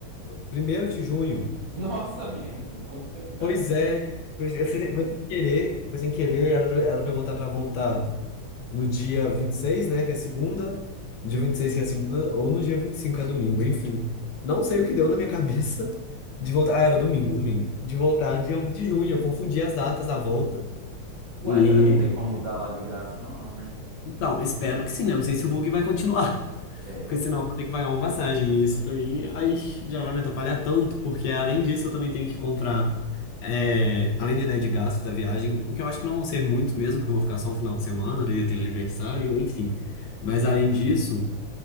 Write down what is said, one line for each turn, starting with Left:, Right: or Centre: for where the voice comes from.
Left: primeiro de junho.
Right: Nossa, amigo! <laughs> Puta que pariu.
Left: Pois é, foi, foi sem querer, foi sem querer, era pra, era pra eu botar pra voltar no dia 26, né, que é segunda, no dia 26 que é segunda, ou no dia 25, que é domingo, enfim. Não sei o que deu na minha cabeça de voltar. Ah, era domingo, domingo. De voltar dia um de junho, eu confundi as datas da volta.
Right: Uai,
Left: E
Right: será que não tem como mudar lá de graça? Não, não, né?
Left: então, espero que sim, né? Não sei se o bug vai continuar, <laughs>
Right: É.
Left: porque senão eu vou ter que pagar uma passagem. E isso pra mim, aí já vai me atrapalhar tanto, porque além disso eu também tenho que comprar, é, além de, né, de gastos da viagem, o que eu acho que não vão ser muitos mesmo, porque eu vou ficar só um final de semana e eu tenho aniversário, enfim. Mas além disso.